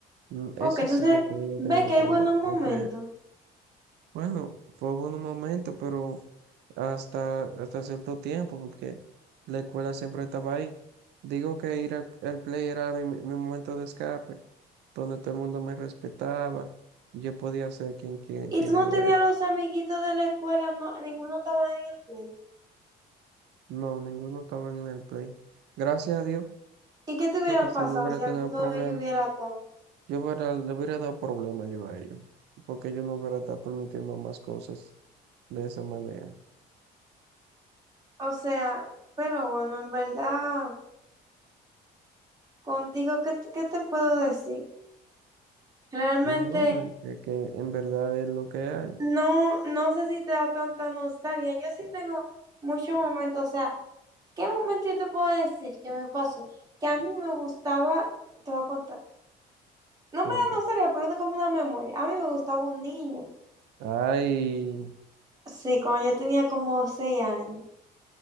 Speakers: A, on the right; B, on the right.
A: Mm,
B: Ok,
A: Eso
B: entonces
A: sí, yo te digo
B: ve
A: que no
B: que
A: me
B: hay
A: puedo.
B: buenos momentos.
A: ok. Bueno, fue un momento, pero hasta, hasta cierto tiempo, porque la escuela siempre estaba ahí. Digo que ir al, al play era mi, mi momento de escape, donde todo el mundo me respetaba y yo podía ser quien, quien,
B: Y
A: quien
B: tú no
A: yo
B: tenías
A: era.
B: los amiguitos de la escuela, no, ninguno estaba en el play.
A: No, ninguno estaba en el play. Gracias a Dios,
B: ¿Y qué te hubiera
A: porque si
B: pasado
A: no hubiera
B: si
A: tenido
B: alguno
A: problemas.
B: de ellos hubiera atado?
A: Yo hubiera, le hubiera dado problema yo a ellos, porque yo no hubiera estado permitiendo más cosas de esa manera.
B: O sea, pero bueno, en verdad, contigo, ¿qué, te- qué te puedo decir? Realmente,
A: No, ya que en verdad es lo que hay.
B: no, no sé si te da tanta nostalgia. Yo sí tengo muchos momentos, o sea, ¿qué momento yo te puedo decir que me pasó? Que a mí me gustaba, te voy a contar. No
A: Cuenta.
B: me da nostalgia, pero es como una memoria. A mí me gustaba un niño.
A: Ay,
B: Sí, cuando yo tenía como seis años.